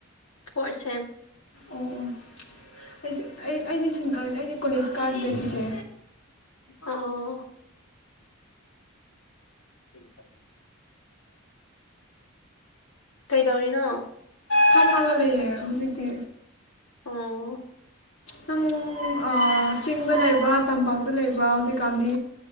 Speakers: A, on the left (about 85°); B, on the left (about 60°).
A: ꯐꯣꯔ ꯁꯦꯝꯦꯝ
B: ꯑꯣ ꯑꯣ ꯑꯩꯁꯦ ꯑꯩ ꯑꯩꯗꯤ ꯁꯤꯦꯡꯁꯦ ꯑꯩꯗꯤ ꯀꯣꯂꯦꯖ ꯀꯥꯗ꯭ꯔꯦ ꯆꯤꯆꯦ
A: ꯑ ꯁꯥꯔ ꯀꯩꯗꯧꯔꯤꯅꯣ
B: ꯊꯝꯅꯥꯒꯥ ꯂꯩꯌꯦ ꯍꯧꯖꯤꯛꯇꯤ
A: ꯑꯣ
B: ꯅꯪ ꯑꯥ ꯆꯤꯡꯗ ꯂꯩꯕ꯭ꯔꯥ ꯇꯝꯄꯥꯛꯇ ꯂꯩꯕ꯭ꯔꯥ ꯍꯧꯖꯤꯛꯀꯥꯟꯗꯤ